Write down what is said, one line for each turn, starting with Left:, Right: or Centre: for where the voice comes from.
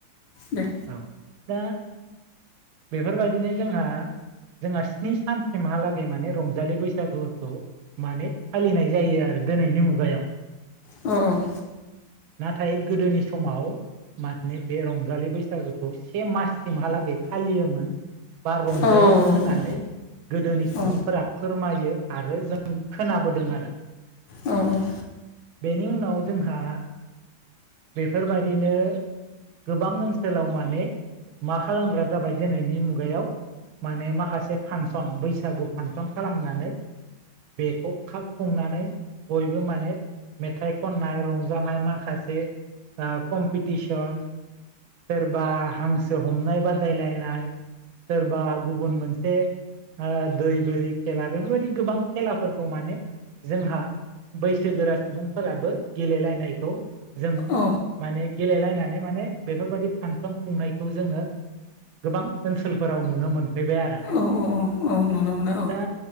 Left: दे
Right: औ दा बेफोरबायदिनो जोंहा जोंहा स्नि सानसिमहालागै माने रंजालि बैसागुखौ माने फालिनाय जायो आरो दिनैनि मुगायाव
Left: अ औ
Right: नाथाय गोदोनि समाव माने बे रंजालि बै बैसागोखौ से माससिमहालागै फालियोमोन बा रंजायोमोन
Left: औ औ
Right: होननानै गोदोनि सुबुंफोरा
Left: औ
Right: फोरमायो आरो जों खोनाबोदों आरो
Left: औ औ
Right: बेनि उनाव जोंहा बेफोरबायदिनो गोबां ओनसोल ओनसोलाव माने मा खालामग्रा जाबाय दिनैनि मुगायाव माने माखासे फांसन बैसागु फांसन खालामनानै बेखौ खुंनानै बयबो माने मेथाइ खननाय रंजानाय माखासे माखासे कमटटिसन सोरबा हांसो हांसो हमनाय बादायलायनाय सोरबा गुबुन मोनसे दै बोरि खेला बेफोरबायदि गोबां खेलाफोरखौ माने जोंहा बैसोगोरा सुबुंफोराबो गेलेलायनायखौ जों
Left: औ
Right: माने गेलेलायनानै माने बेफोरबायदि फांसन खुंनायखौ जोङो गोबां ओनसोलफोराव नुनो मोनफैबाय आरो
Left: औ औ नुनो मोनो औ
Right: दा